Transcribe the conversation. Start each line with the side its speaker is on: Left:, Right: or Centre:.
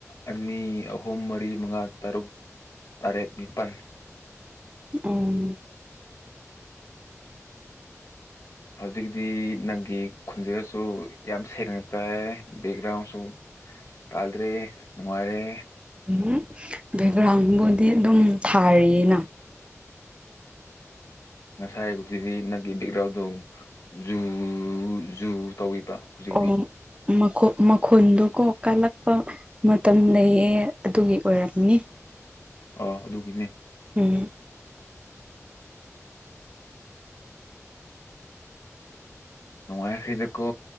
Left: ꯑꯅꯤ ꯑꯍꯨꯝ ꯃꯔꯤ ꯃꯉꯥ ꯇꯔꯨꯛ ꯇꯔꯦꯠ ꯅꯤꯄꯜ
Right: ꯑꯣ
Left: ꯍꯧꯖꯤꯛꯇꯤ ꯅꯪꯒꯤ ꯈꯨꯟꯖꯦꯜꯁꯨ ꯌꯥꯝ ꯁꯦꯡꯅ ꯇꯥꯏꯑꯦ ꯕꯦꯛꯒ꯭ꯔꯥꯎꯟꯁꯨ ꯇꯗ꯭ꯔꯦ ꯅꯨꯡꯉꯥꯏꯔꯦ
Right: ꯎꯝ ꯕꯦꯛꯒ꯭ꯔꯥꯎꯟꯕꯨꯗꯤ ꯑꯗꯨꯝ ꯊꯥꯔꯤꯑꯦꯅ
Left: ꯉꯁꯥꯏꯕꯨꯗꯤ ꯅꯪꯒꯤ ꯕꯦꯛꯒ꯭ꯔꯥꯎꯟꯗꯣ ꯖꯨ ꯖꯨ ꯇꯧꯏꯋꯤꯕ ꯍꯧꯖꯤꯛ
Right: ꯑꯣ ꯃꯥꯈꯣꯛ ꯃꯈꯣꯟꯜꯗꯨꯀꯣ ꯀꯜꯂꯛꯄ ꯃꯇꯝ ꯂꯩꯌꯦ ꯑꯗꯨꯒꯤ ꯑꯣꯏꯔꯝꯅꯤ
Left: ꯑꯣ ꯑꯗꯨꯒꯤꯅꯦ
Right: ꯎꯝ <inaudible>
Left: ꯅꯨꯡꯉꯥꯏꯈꯔ꯭ꯦꯗꯀꯣ